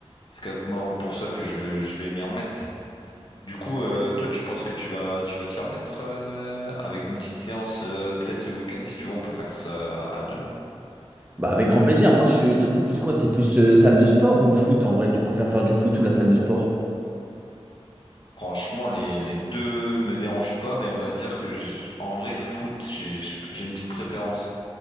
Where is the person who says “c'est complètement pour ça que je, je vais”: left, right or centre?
Left